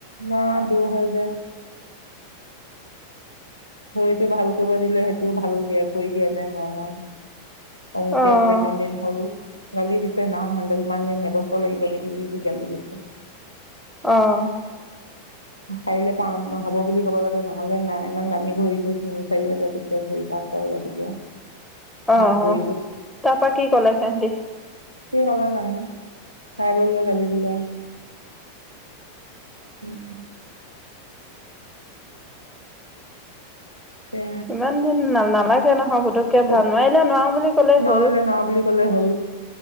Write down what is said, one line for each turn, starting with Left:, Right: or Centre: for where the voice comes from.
Left: নগাওঁ দুৰ হয় যে। ঘড়ীটো ভাল কৰিব দিলে হেইটোও ভাল দিয়া কৰি দিয়া নাই, নগাঁও। খং উঠি
Centre: অঁ
Left: আছে ইমান দিন হ'ল। গালি দিছে হেদিনাখন, হেতক ইমান দিন এবছৰ লাগিব নেকি বুলি যি গালি দিছে।
Centre: অ'।
Left: পাৰিলে পাম হ'ব বুলি ক'ব লাগে, নহ'লে নাই, ইমান দামী ঘড়ীটো তিনি চাৰি হাজাৰ টকীয়া ঘড়ী পা ছহেজা টকীয়া।
Centre: অ'-অ'-অ'।,
Left: হাত ঘড়ীটো
Centre: তাৰপা কি ক'লে সেহটি?
Left: কি ক'লে জানো, খাই বৈ লৈ গালি দিলে আও। উম। এ
Centre: ইমান দিন না-নালাগে নহয় বোধক তে
Left: বস্তু
Centre: ভাল, নোৱাইলে নোৱাও বুলি ক'লেই
Left: নহ'লে
Centre: হ'ল,
Left: ন বুলি ক'লে হ'ল